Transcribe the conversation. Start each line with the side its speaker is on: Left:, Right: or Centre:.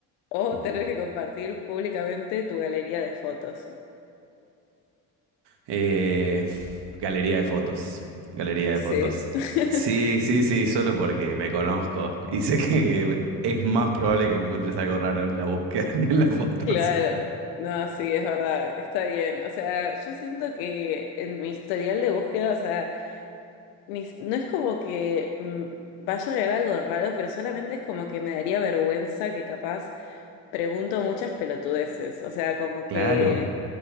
Left: o
Right: Uh.
Left: tener que compartir públicamente tu galería de fotos?
Right: Eh, galería de fotos, galería de
Left: Sí.
Right: fotos.
Left: <laughs>
Right: Sí, sí, sí, solo porque me conozco y sé que es más probable que encuentres algo raro en la búsqueda <laughs> que en las fotos.
Left: Claro, no, sí, es verdad, está bien. O sea, yo siento que en mi historial de búsqueda, o sea, mis- no es como que mm, vaya a agregar algo raro, pero solamente es como que me daría vergüenza que capaz pregunto muchas pelotudeces. O sea, como que
Right: Claro,